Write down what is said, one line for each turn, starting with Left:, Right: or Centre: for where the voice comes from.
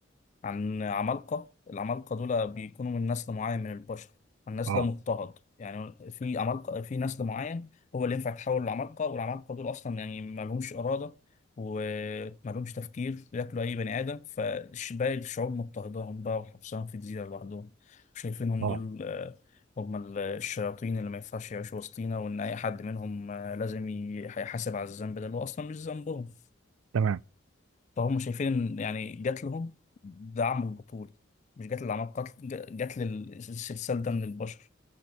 Left: عن عمالقة العمالقة دول بيكونوا من نسل معين من البشر النسل
Right: اه
Left: ده مضطهد يعني في عمالقة في نسل معين هو اللي ينفع يتحول لعمالقة والعمالقة دول أصلا يعني ما لهمش إرادة وما لهمش تفكير بياكلوا أي بني آدم فباقي الشعوب مضطهداهم بقى وحبسهم في جزيرة لوحدهم شايفينهم
Right: اه
Left: دول آه، هم ال- الشياطين اللي ما ينفعش يعيشوا وسطينا وإن أي حد منهم آه، لازم يح- يحاسب على الذنب ده اللي هو أصلا مش ذنبهم
Right: تمام
Left: فهم شايفين ان يعني جات لهم دعم البطول مش جات للعمل قتل ج- جات للسلسال ده من البشر